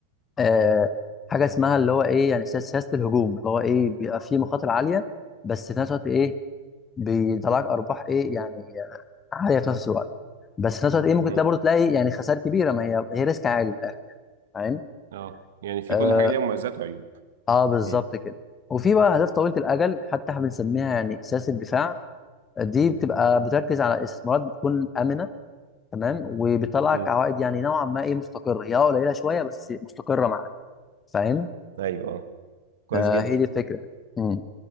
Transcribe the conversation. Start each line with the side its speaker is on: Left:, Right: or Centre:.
Left: آه حاجه اسمها اللي هو ايه يعني سياسه سياسة الهجوم اللي هو ايه بيبقى فيه مخاطر عاليه بس في نفس الوقت ايه بيطلعك ارباح ايه يعني عاليه في نفس الوقت بس في نفس الوقت ايه ممكن
Right: مم.
Left: تلاقي برضه تلاقي يعني خسائر كبيره ما هي هي ريسك عالي من الاخر فاهم
Right: اه يعني في
Left: اه,
Right: كل حاجة ليها مميزات وعيوب
Left: آه بالظبط
Right: مم.
Left: كده وفي بقى اهداف طويله الاجل حتى احنا بنسميها يعني سياسه دفاع دي بتبقى بتركز على استثمارات بتكون امنه تمام وبتطلعك
Right: مم.
Left: عوائد يعني نوعا ما ايه مستقره هي آه قليله شويه بس مستقره معاك فاهم
Right: ايوه اه كويس
Left: فهي
Right: جدا
Left: دي الفكره امم